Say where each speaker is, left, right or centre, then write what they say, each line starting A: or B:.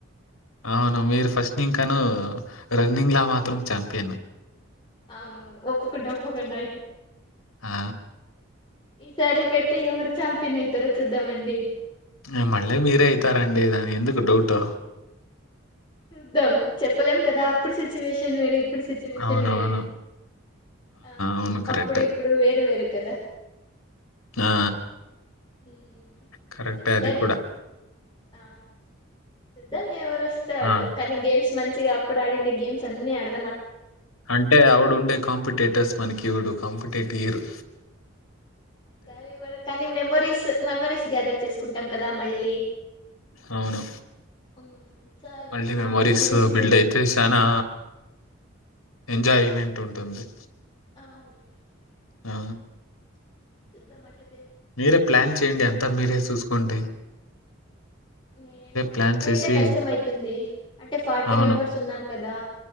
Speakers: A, on the left; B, on the left.
A: అవును మీరు ఫస్ట్ ఇంకాను రన్నింగ్ లా మాత్రం చాంపియన్
B: అవునవును ఒప్పుకుంట ఒప్పుకుంట అయితే
A: ఆ
B: ఈసారి పెడితే ఎవరు ఛాంపియన్ అవుతారో చూద్దామండి.
A: ఇంగ మళ్ళీ మీరే అయితారండి దానికి ఎందుకు డౌట్
B: చూద్దాం చెప్పలేం కదా అప్పుడు సిచ్యువేషన్ వేరే ఇప్పుడు సిచ్యువేషన్
A: అవునవును.
B: వేరే ఆ
A: అవును. కరెక్టే.
B: అప్పుడు ఇప్పుడు వేరు వేరు కదా
A: ఆ
B: ఉమ్,
A: కరెక్టే
B: చెప్పలేం
A: అది కూడా
B: ఆ చూద్దాం ఎవ్వరో వస్తే వాళ్ళు
A: ఆ!
B: కానీ గేమ్స్ మంచి ఇగ అప్పుడాడిండే గేమ్స్ అన్ని అడ్
A: అంటే ఆవుడు ఉండే కాంపిటేటర్స్ మనకి ఇవుడు కాంపిటేటివ్ ఇయరు
B: సరే ఇవర కానీ మెమరీస్ మెమరీస్ గ్యాదర్ చేసుకుంటాం కదా మళ్ళీ
A: అవును
B: మ్మ్ చాలు
A: మల్టీ మెమొరీస్
B: ఆ మెమరీస్
A: బిల్డ్
B: చూ
A: అయితే శానా ఎంజాయ్ ఈవెంట్ ఉంటుంది
B: అవును అందుకే
A: ఆ
B: చూద్దాం అట్లే
A: మీరే ప్లాన్ చెయ్యండి అంతా మీరే సుసుకోండి
B: నేను
A: ప్లాన్
B: ఒక్కరైతే
A: చేసి
B: కష్టం అవుతుంది అంటే ఫార్టీ
A: అవును.
B: మెంబర్స్ ఉన్నారు కదా